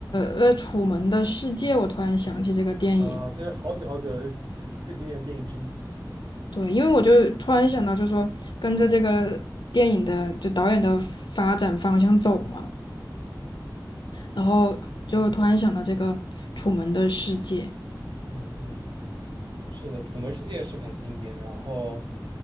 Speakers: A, on the left; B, on the right.
A: 呃《楚门的世界》，我突然想起这个电影。
B: 啊，这是好久好久的最最经典的电影之一。是的，
A: 对，因为我就突然想到，就是说跟着这个电影的就导演的发展方向走嘛。然后就突然想到这个《楚门的世界》，
B: 嗯嗯嗯，是的，《楚门世界》是很经典。然后，